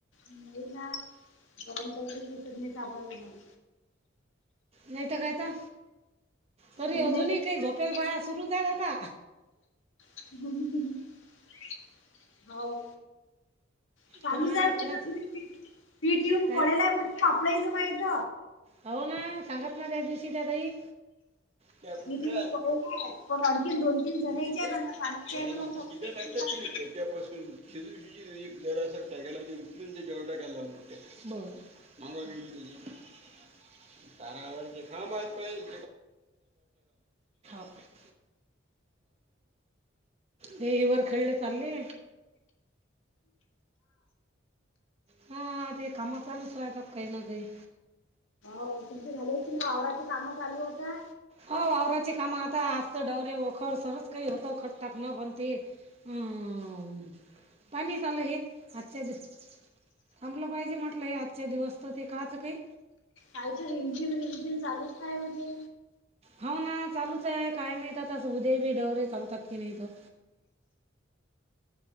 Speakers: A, on the left; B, on the right.
A: नाही ना गरम केलेलं दिसत नाही सापडणा झालय.
B: नाय त काय तो तरी
A: तुम्ही
B: अजूनही
A: नाही घेतलं
B: काय
A: का
B: झोप तेल बाया सुरू ये का?
A: हूं हूं हूं हूं हूं हाव चालूच
B: कोणा
A: हाय
B: ना
A: म्हणजे
B: कोणाची
A: पीठ येऊन
B: काय
A: पडेलय म्हटलंय पापडाईच माहीत
B: हाव ना सांगत ना त्या दिवशी त्या ताई त्या कोपऱ्यात
A: मी <unintelligible> पडेलाय पण आणखीन दोन तीन जणीचे
B: विजेचे
A: कनाय पानाची
B: वळण असं सीधं टाकतात की नाही
A: <unintelligible>
B: त्याच्यापासून <unintelligible> जरासा टाकायला <unintelligible> टाकायला लाव त्याळे बरं मांगवा वेळी <unintelligible> त्यांना आवडतंय खा मग <unintelligible> ते हे वरखेळले चालले. हा ते काम चालूच रायतात काही ना काही
A: हो तुमची झाली अस ना वावराची काम चालू आता.
B: हो वावराची काम आता असतं डवरे वखर सुरूच काही होत खत टाकनं पण ती हम्म पाणी चालू ये आजच्या दि थांबलं पाहिजे म्हटलं हे आजच्या दिवस त ते काआचं काई
A: कालच रिमझिम रिमझिम चालूच काय ओ ते
B: हो ना चालूच ये काय माहीत आता असं उद्या बी दवरे चालतात की नाय इथं